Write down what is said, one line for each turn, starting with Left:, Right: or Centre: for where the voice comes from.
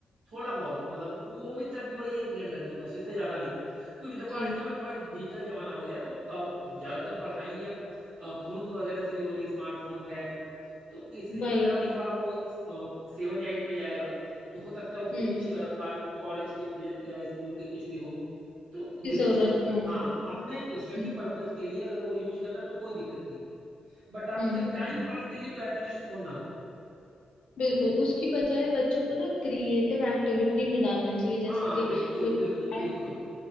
Right: थोड़ा बहुत मतलब वो वो भी तब भी वही एक डेढ़ घंटे बस इससे ज्यादा नहीं क्योंकि देखो
Left: जी
Right: आजकल ना थोड़ा डिजिटल जमाना हो गया तो अब ज्यादातर पढ़ाई या अ, फोन वगैरह से भी हो रही स्मार्टफोन टैब तो इसलिए
Left: वही
Right: मैं कह
Left: वही
Right: रहा हूँ कि जब आप वो सेवन या एट में जाएगा तो हो सकता है उसके
Left: हम्म
Right: कुछ कॉलेज के प्रोजेक्ट या स्कूल के कुछ भी हो तो
Left: की
Right: धीरे
Left: जरूरतें
Right: धीरे वो
Left: होंगी
Right: हाँ अपने स्टडी
Left: हम्म,
Right: पर्पज के लिए अगर वो यूज कर रहा है तो कोई दिक्कत नहीं है, बट आप
Left: हम्म
Right: उसे
Left: हम्म, हम्म।
Right: टाइम पास के लिए तो एटलीस्ट फोन ना लो
Left: बिल्कुल उसकी बजाय बच्चों को ना क्रिएटिव एक्टिविटी में डालना चाहिए जैसे
Right: हाँ
Left: कि
Right: बिल्कुल
Left: कोई
Right: बिल्कुल बिल्कुल
Left: art,